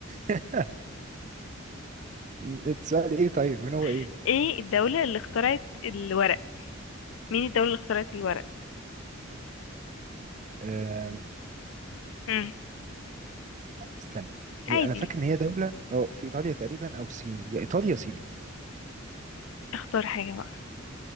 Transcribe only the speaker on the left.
<laughs> ايه الدولة اللي اخترعت الورق مين الدولة اللي اخترعت الورق
مم.
عادي
اختار حاجة بقى